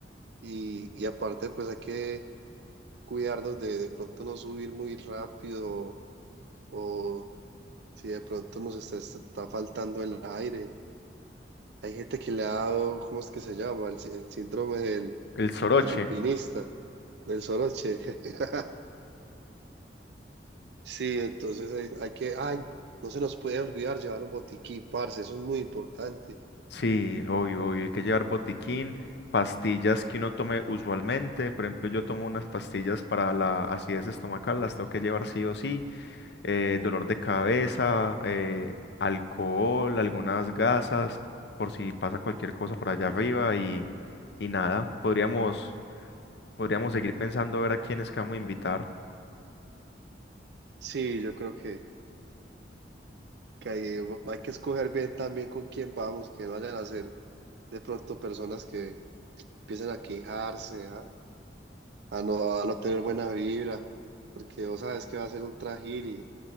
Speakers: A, on the right; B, on the left.
A: Y, y aparte, pues hay que cuidarnos de de pronto no subir muy rápido o si de pronto nos está, está faltando el aire. Hay gente que le ha dado, ¿cómo es que se llama? El, sí- el síndrome del,
B: El soroche.
A: del alpinista, del soroche. <laughs> Sí, entonces hay, hay que, ay, no se nos puede olvidar llevar un botiquín, parce, eso es muy importante.
B: Sí, obvio, obvio. Hay que llevar botiquín, pastillas que uno tome usualmente. Por ejemplo, yo tomo unas pastillas para la acidez estomacal, las tengo que llevar sí o sí. eh, dolor de cabeza, eh, alcohol, algunas gasas, por si pasa cualquier cosa por allá arriba y, y nada. Podríamos, podríamos seguir pensando a ver a quiénes que vamos a invitar.
A: Sí, yo creo que, que hay, hay que escoger bien también con quién vamos, que no vayan a ser de pronto personas que empiecen a quejarse, ¿ah? a no, a no tener buena vibra, porque vos sabes que va a ser un trajín y